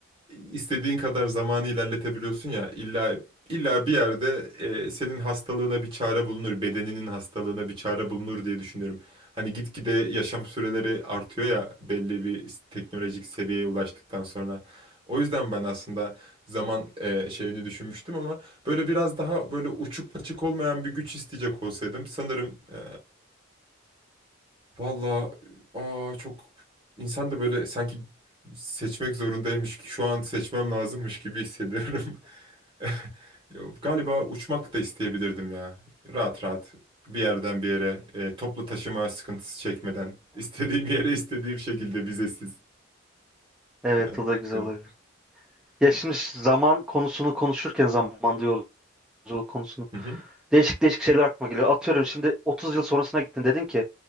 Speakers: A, on the right; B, in the centre.
A: istediğin kadar zamanı ilerletebiliyorsun ya illa illa bir yerde e, senin hastalığına bir çare bulunur, bedeninin hastalığına bir çare bulunur diye düşünüyorum. Hani gitgide yaşam süreleri artıyor ya belli bir s- teknolojik seviyeye ulaştıktan sonra. O yüzden ben aslında zaman e, şeyini düşünmüştüm ama böyle biraz daha böyle uçuk kaçık olmayan bir güç isteyecek olsaydım sanırım e, Valla aa çok insan da böyle sanki seçmek zorundaymış ki şu an seçmem lazımmış gibi hissediyorum. <laughs> Ya, Galiba uçmak da isteyebilirdim ya. Rahat rahat bir yerden bir yere e, toplu taşıma sıkıntısı çekmeden <laughs> istediğim yere istediğim şekilde vizesiz.
B: Evet
A: Yani
B: o da
A: bilmiyorum.
B: güzel olabilir. Ya şimdi zaman konusunu konuşurken zamanda yolculuk konusunu
A: Hı hı,
B: değişik değişik şeyler aklıma geliyor. Atıyorum şimdi 30 yıl sonrasına gittin dedin ki